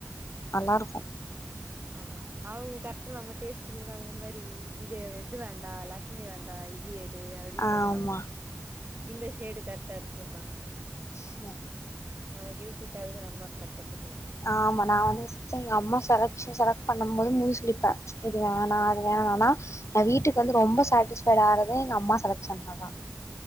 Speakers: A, on the left; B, on the right.
A: நல்லாருக்கு
B: ஆமா அவங்க கரெக்டா நம்ம டேஸ்டுக்கு தகுந்த மாரி இது இது வேண்டா லாக்மி வேண்டா இது எ டு அப்டினு
A: ஆமா
B: சொல்வாங்க இந்த ஷேடு கரெக்டா இருக்கும்பாங்க
A: ச
B: நமக்கு எது சூட்டாகுதுன்னு அம்மாக்கு கரெக்டா தெரியு
A: ஆமா நா வந்து <unintelligible> எங்க அம்மா செலக்‌ஷ செலக்ட் பண்ணும் போது மூஞ் சுழி ப்பே இது வேணா அது வேணானா நா வீட்டுக்கு வந்து ரொம்ப சாட்டிஸ்ஃபைடு ஆறது ஏன் அம்மா செலக்‌ஷன்லதா